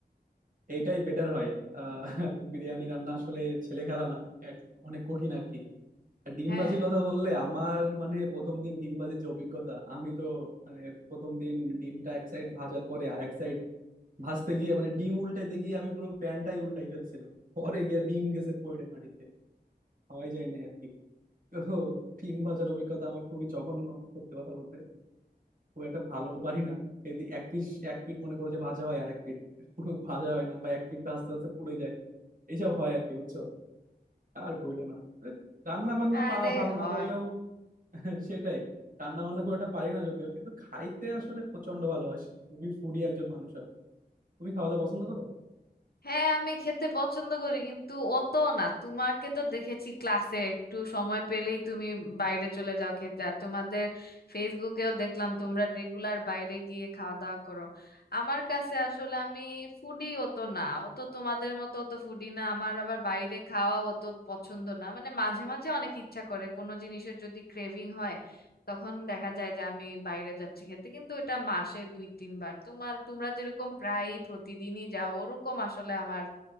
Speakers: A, on the right; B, on the left.
A: এইটাই বেটার হয় আহ বিরিয়ানি রান্না আসলে ছেলে খেলা না এক- অনেক কঠিন আর কি আর ডিমবাজির
B: হ্যাঁ
A: কথা বললে আমার মানে প্রথম দিন ডিমবাজির যে অভিজ্ঞতা আমি তো মানে প্রথম দিন ডিমটা এক সাইড ভাজার পরে আর এক সাইড ভাজতে গিয়ে মানে ডিম উল্টাইতে গিয়ে আমি পুরো প্যানটাই উল্টাই ফেলছিলাম পরে গিয়ে ডিম গেছে পড়ে মাটিতে খাওয়াই যায় নাই আর কি তো ডিম ভাজার অভিজ্ঞতা আমার খুবই জঘন্য সত্যি কথা বলতে খুব একটা ভালো পারি না এদিক এক পিস এক পিট মনে করো যে ভাজা হয় আর এক পিট পুরো ভাজা হয় না বা এক পিট ভাজতে ভাজতে পুড়ে যায় এইসব হয় আর কি বুঝছো আর বললো না রান্না বান্না
B: আরে
A: পা- ভালো
B: হয়
A: না পারলেও <laughs> সেটাই রান্না বান্না খুব একটা পারি না যদিও কিন্তু খাইতে আসলে প্রচন্ড ভালোবাসি খুবই ফুডি একজন মানুষ আমি তুমি খাওয়া দাওয়া পছন্দ করো
B: হ্যাঁ আমি খেতে পছন্দ করি কিন্তু অত না তোমাকে তো দেখেছি ক্লাসে একটু সময় পেলেই তুমি বাইরে চলে যাও খেতে আর তোমাদের ফেসবুকেও দেখলাম তোমরা রেগুলার বাইরে গিয়ে খাওয়া দাওয়া করো আমার কাছে আসলে আমি ফুডি অত না অত তোমাদের মতো অত ফুডি না আমার আবার বাইরে খাওয়া অত পছন্দ না মানে মাঝে মাঝে অনেক ইচ্ছা করে কোনো জিনিসের যদি ক্রেভিং হয় তখন দেখা যায় যে আমি বাইরে যাচ্ছি খেতে কিন্তু এটা মাসে দুই তিনবার তোমার তোমরা যেরকম প্রায় প্রতিদিনই যাও ওরকম আসলে আমার